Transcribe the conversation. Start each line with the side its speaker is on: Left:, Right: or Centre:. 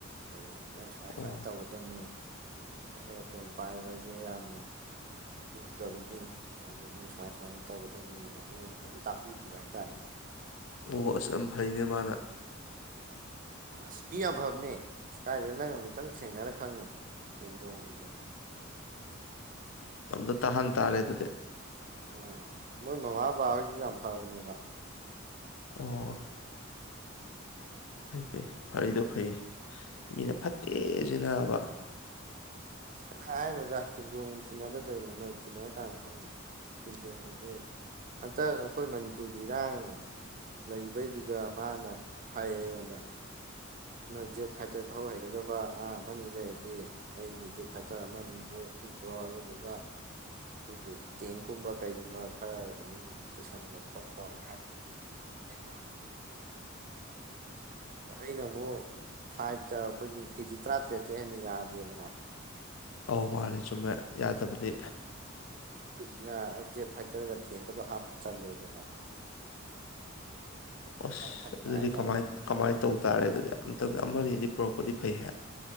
Right: ꯍꯥꯏꯗꯤ ꯅꯪ ꯁ꯭ꯋꯥꯏ
Left: ꯑꯣ
Right: ꯁ꯭ꯋꯥꯏ ꯇꯧꯒꯗꯕꯅꯤ ꯑꯦꯔꯣꯄ꯭ꯂꯦꯟ ꯄꯥꯏꯕꯖꯦ ꯌꯥꯝ ꯂꯨꯗꯕꯅꯤꯍꯦ ꯑꯗꯨ ꯅꯪ ꯁꯨꯃꯥꯏ ꯁꯥꯏ ꯇꯧꯒꯗꯕꯅꯦꯅ ꯑꯩꯉꯣꯟꯗ ꯐꯖꯝ ꯇꯥꯛꯄꯤꯈꯤꯕ ꯍꯥꯏꯇꯥꯔꯦꯅꯦ
Left: ꯑꯣ ꯑꯁ ꯌꯥꯝ ꯐꯩꯅꯦ ꯃꯥꯅ
Right: ꯑ ꯃꯤ ꯌꯥꯝ ꯐꯕꯅꯦ ꯁ ꯀꯥꯏꯗꯩ ꯅꯪ ꯑꯃꯨꯛꯇꯪ ꯊꯦꯡꯅꯔ ꯈꯪꯉꯤ ꯁꯤꯖꯣꯖꯣ
Left: ꯑꯝꯗ ꯇꯥꯍꯟ ꯇꯥꯔꯦ ꯑꯗꯨꯗꯤ
Right: ꯑꯥ ꯃꯣꯏ ꯃꯃꯥ ꯕꯥꯍꯣꯏꯁꯨ ꯌꯥꯝ ꯐꯕꯅꯦꯕ
Left: ꯑꯣ ꯐꯩ ꯐꯩ ꯐꯔꯤꯗꯣ ꯐꯩ ꯃꯤꯅ ꯐꯠꯇꯦꯁꯤ ꯅꯥꯕ
Right: ꯑꯁ ꯀꯅꯥ ꯍꯥꯏꯅꯣꯗ ꯀꯤꯝꯖꯣꯡ ꯇꯤꯟꯅꯗ ꯇꯧꯔꯤꯅꯤ ꯃꯣꯏ ꯇꯤꯟꯅꯔꯥꯛꯀꯥꯟꯗ ꯈꯪꯉꯅꯤ꯫ ꯀꯤꯝꯖꯣꯡꯗꯤ ꯍꯟꯇꯛ ꯑꯩꯈꯣꯏ ꯃꯅꯤꯄꯨꯔꯒꯤ ꯏꯔꯥꯡ꯫ ꯂꯩꯕꯩꯗꯨꯗ ꯃꯥꯅ ꯍꯥꯏꯌꯦ ꯑꯩꯉꯣꯟꯗ꯫ ꯅꯣꯏ ꯖꯦꯠ ꯐꯥꯏꯇꯔ ꯊꯧ ꯍꯩꯒꯗꯕ ꯑꯉꯥꯡ ꯑꯃꯅꯤ ꯂꯩꯔꯗꯤ ꯑꯩꯒꯤ ꯖꯦꯠ ꯐꯥꯏꯇꯔ ꯑꯃꯅꯤ ꯖꯦ꯫ ꯕꯣ ꯑꯗꯨꯗꯨꯒ꯫ ꯑꯩꯈꯣꯏꯒꯤ ꯇꯦꯡꯀꯨꯝꯕ ꯀꯩꯒꯨꯝꯕ ꯈꯔ ꯑꯗꯨꯝ ꯄꯨꯁꯟꯕ ꯈꯣꯠꯄ ꯍꯥꯏ꯫꯫ <unintelligible> ꯑꯩꯅ ꯑꯃꯨꯛ ꯐ꯭ꯂꯥꯏꯠꯇ ꯑꯩꯈꯣꯏꯒꯤ ꯀꯦꯖꯤ ꯇꯔꯥꯇꯔꯦꯠꯇ ꯍꯦꯟꯅ ꯌꯥꯗꯦꯗꯅ꯫
Left: ꯑꯧ ꯃꯥꯂꯦ ꯆꯨꯝꯃꯦ ꯌꯥꯗꯕꯅꯤ꯫
Right: ꯑꯗꯨꯏꯗꯨꯅ ꯖꯦꯠ ꯐꯥꯏꯇꯔꯒ ꯊꯦꯡꯒꯗꯨ ꯍꯥꯞꯄ ꯆꯜꯂꯣꯏꯗꯕ꯫
Left: ꯑꯁ
Right: ꯍꯥꯏꯔ ꯊꯅꯝꯃꯦ
Left: ꯑꯗꯨꯗꯤ
Right: ꯍꯥꯏꯇꯥꯔꯦ
Left: ꯀꯃꯥꯏ ꯀꯃꯥꯏꯅ ꯇꯧ ꯇꯥꯔꯦ ꯑꯗꯨꯗꯤ ꯑꯃꯇꯪ ꯑꯃꯅꯤꯗꯤ ꯄꯣꯔꯛꯄꯗꯤ ꯐꯩꯍꯦ꯫